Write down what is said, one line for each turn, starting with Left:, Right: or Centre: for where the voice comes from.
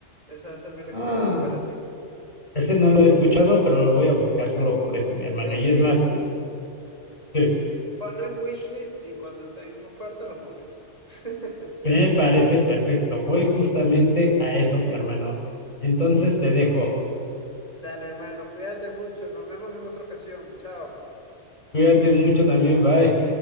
Right: Esa es mi recomendación
Left: Ah,
Right: para ti.
Left: ese no lo he escuchado, pero lo voy a buscar solo por eso, mi hermano.
Right: Sí,
Left: Y
Right: sí,
Left: es más, sí,
Right: ponlo en wishlist y cuando esté en oferta lo compras. <laughs>
Left: me parece perfecto. Voy justamente a eso, mi hermano. Entonces te dejo.
Right: Dale, hermano, cuídate mucho. Nos vemos en otra ocasión. Chao.
Left: Cuídate mucho también, bye.